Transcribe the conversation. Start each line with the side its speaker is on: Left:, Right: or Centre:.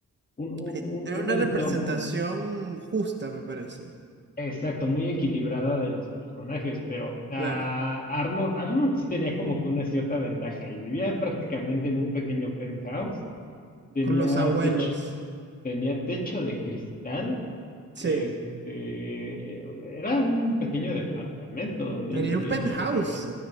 Left: un, un,
Right: e-
Left: un,
Right: era
Left: un
Right: una
Left: entorno,
Right: representación justa, me parece.
Left: exacto, muy equilibrada de los personajes, pero ah,
Right: Claro,
Left: Arnold, Arnold sí tenía como que una cierta ventaja y vivía prácticamente en un pequeño penthouse, tenía
Right: con los abuelos.
Left: techo, Tenía techo de cristal.
Right: Sí,
Left: que, Este, era un pequeño departamento donde
Right: tenía
Left: él vivía
Right: un penthouse.
Left: en realidad.